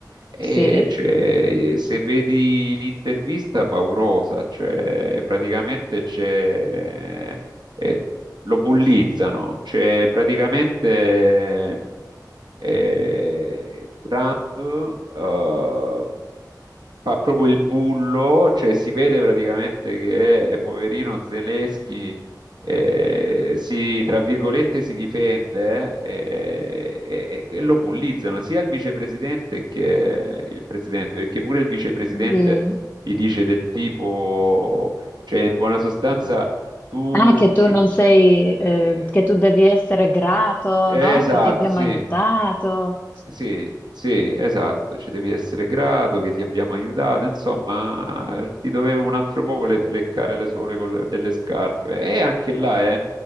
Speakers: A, on the right (about 75°); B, on the left (about 25°).
A: E
B: sì.
A: c'è- se vedi l'intervista paurosa, cioè praticamente c'è, eh, lo bullizzano, cioè praticamente eh, Trump eh, fa proprio il bullo, cioè si vede praticamente che eh, poverino Zelensky eh, si, tra virgolette, si difende eh, e, e lo bullizzano sia il vicepresidente che il presidente, perché pure il vicepresidente
B: Sì.
A: gli dice del tipo, cioè in buona sostanza tu
B: Ah, che tu
A: ci...
B: non
A: eh,
B: sei, eh, che tu devi essere grato,
A: eh,
B: no?
A: esatto,
B: Che ti abbiamo
A: sì.
B: aiutato
A: Sì, sì, esatto, ci devi essere grato che ti abbiamo aiutato, insomma, gli doveva un altro poco le- leccare le suole con le- delle scarpe. E anche là, eh,